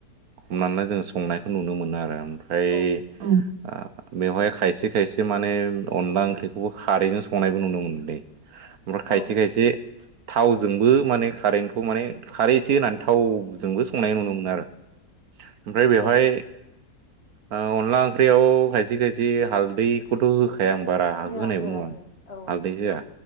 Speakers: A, on the right (about 70°); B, on the left (about 40°).
A: हमनानै जों संनायखौ नुनो मोनो आरो ओमफ्राय
B: औ
A: <unintelligible> बेवहाय खायसे खायसे माने अनला ओंख्रिखौबो खारैजों संनायबो नुनो मोनलै ओमफ्राय खायसे
B: औ
A: खायसे थावजोंबो माने खारैखौ माने खारै इसे होनानै थाव जोंबो संनाय नुनो मोनो आरो ओमफ्राय बेवहाय
B: औ
A: अनला ओंख्रियाव खायसे खायसे हालदैखौथ' होखा आ आं बारा
B: होआ
A: होनायबो
B: होआ
A: नङा आं
B: होआ औ
A: हालदै होआ